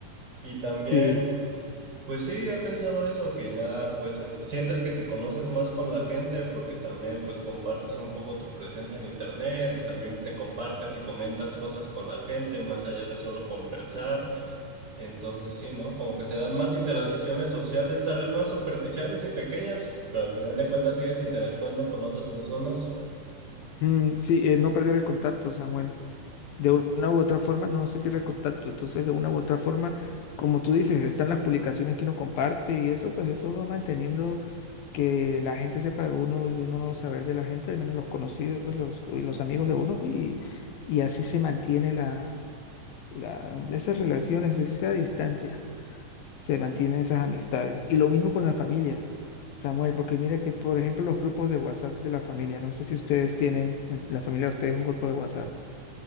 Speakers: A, on the right; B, on the left.
A: Y también,
B: Sí,
A: pues sí, he pensado eso, que ya, pues eso, sientes que te conoces más con la gente porque también, pues compartes un poco tu presencia en internet y también te compartes y comentas cosas con la gente más allá de solo conversar. Entonces sí, ¿no? Como que se dan más interacciones sociales, tal vez más superficiales y pequeñas, pero al final de cuentas sigues interactuando con otras personas. <laughs>
B: Mm, sí, eh, no perder el contacto, Samuel. de una u otra forma no se pierde el contacto. Entonces, de una u otra forma, como tú dices, están las publicaciones que uno comparte y eso, pues eso va manteniendo que la gente sepa de uno y uno saber de la gente, al menos los conocidos los, y los amigos de uno, y, y así se mantiene la, la, esas relaciones, esa distancia, se mantienen esas amistades. Y lo mismo con la familia. Samuel, porque mira que, por ejemplo, los grupos de WhatsApp de la familia, no sé si ustedes tienen, en la familia de ustedes un grupo de WhatsApp.